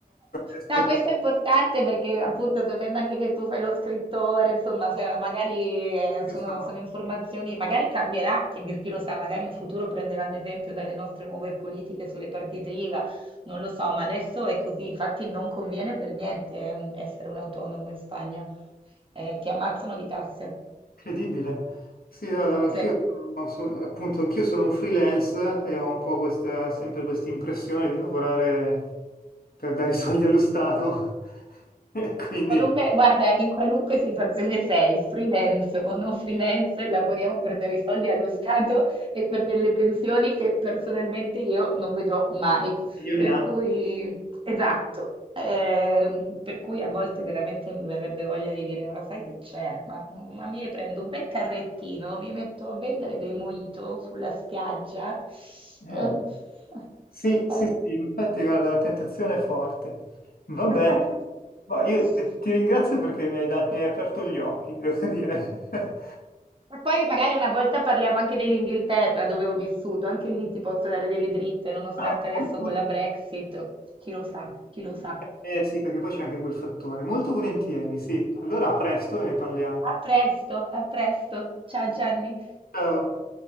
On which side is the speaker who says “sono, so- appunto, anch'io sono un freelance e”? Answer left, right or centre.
Left